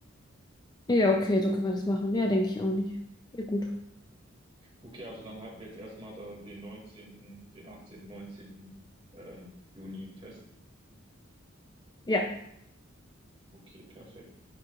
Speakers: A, on the left (about 20°); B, on the right (about 25°).
A: Ja, okay, so können wir das machen. Ja, denke ich auch nicht. Ja, gut.
B: Okay, also dann halten wir jetzt erstmal da den 19., den 18., 19. Ähm, Juni fest.
A: Ja.
B: Okay, perfekt.